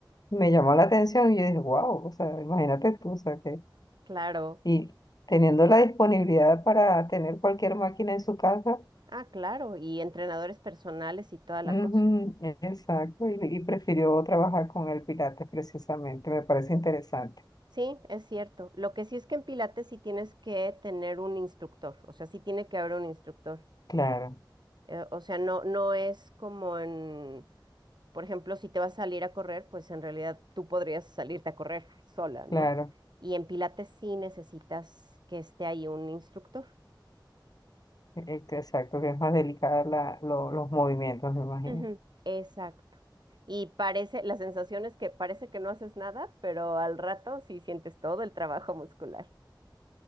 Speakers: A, on the left (about 50°); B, on the right (about 60°).
A: Me llamó la atención y yo dije, wow, o sea, imagínate tú, o sea, que...
B: claro.
A: Y teniendo la disponibilidad para tener cualquier máquina en su casa,
B: Ah, claro. Y entrenadores personales y toda la
A: ujú,
B: cosa.
A: exacto, y, y prefirió trabajar con el pilates precisamente, me parece interesante.
B: Sí, es cierto. Lo que sí es que en Pilates sí tienes que tener un instructor, o sea, sí tiene que haber un instructor.
A: Claro.
B: Eh, o sea, no, no es como en, por ejemplo, si te vas a salir a correr, pues en realidad tú podrías salirte a correr sola,
A: Claro,
B: ¿no? Y en Pilates sí necesitas que esté ahí un instructor.
A: e- e- exacto, que es más delicada la, lo- los movimientos, me imagino.
B: Ujú, Exacto. Y parece, la sensación es que parece que no haces nada, pero al rato sí sientes todo el trabajo muscular.